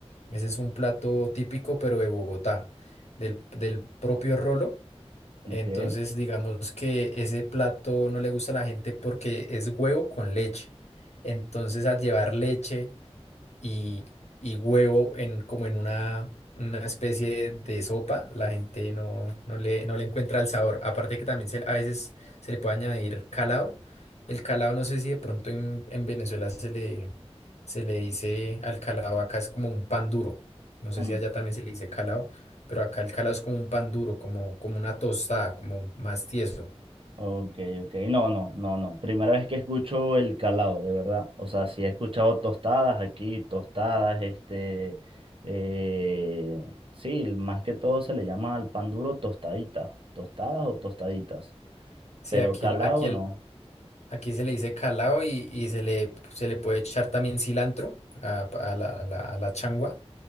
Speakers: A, on the left; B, on the right.
A: Ese es un plato típico, pero de Bogotá, del, del propio Rolo. Entonces,
B: Ok.
A: digamos que ese plato no le gusta a la gente porque es huevo con leche. Entonces, al llevar leche y, y huevo en, como en una, una especie de sopa, la gente no, no le, no le encuentra el sabor. Aparte que también se- a veces se le puede añadir calado. El calado no sé si de pronto en, en Venezuela se le, se le dice al calado, acá es como un pan duro. No sé
B: un-
A: si allá también se le dice calado, pero acá el calado es como un pan duro, como, como una tostada, como más tieso.
B: ok, ok. No, no, no, no. Primera vez que escucho el calado, de verdad. O sea, sí he escuchado tostadas aquí, tostadas, este. eh, sí, más que todo se le llama al pan duro tostaditas. Tostadas o tostaditas.
A: Sí,
B: Pero
A: aquí
B: calado
A: el, aquí el,
B: no.
A: Aquí se le dice calao y, y se le, se le puede echar también cilantro a, a la, a la- a la changua,